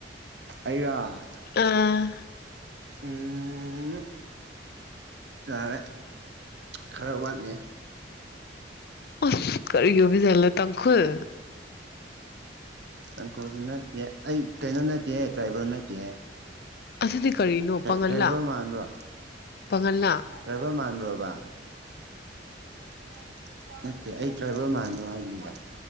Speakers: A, on the right; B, on the left.
A: ꯑꯩꯔꯣ
B: ꯑꯥ
A: ꯎꯝ ꯌꯥꯔꯦ ꯈꯔ ꯋꯥꯠꯂꯤ
B: ꯃꯁ ꯀꯔꯤ ꯑꯣꯏꯕ ꯖꯥꯠꯂ ꯇꯥꯡꯈꯨꯜ
A: ꯇꯥꯡꯈꯣꯜꯁꯨ ꯅꯠꯇꯦ ꯑꯩ ꯀꯩꯅꯣ ꯅꯠꯇꯦ ꯇ꯭ꯔꯥꯏꯕꯦꯜ ꯅꯠꯇꯦ
B: ꯑꯗꯨꯗꯤ ꯀꯔꯤꯅꯣ ꯄꯥꯉꯜꯂꯥ
A: ꯇ꯭ꯔꯥꯏꯕꯦꯜ ꯃꯥꯟꯕ꯭ꯔꯣ
B: ꯄꯥꯉꯜꯂꯥ
A: ꯇ꯭ꯔꯥꯏꯕꯦꯜ ꯃꯥꯟꯕ꯭ꯔꯣꯕ <unintelligible> ꯅꯠꯇꯦ ꯑꯩ ꯇ꯭ꯔꯥꯏꯕꯔ ꯃꯥꯟꯕ꯭ꯔꯣ ꯍꯥꯏꯕꯅꯤꯗ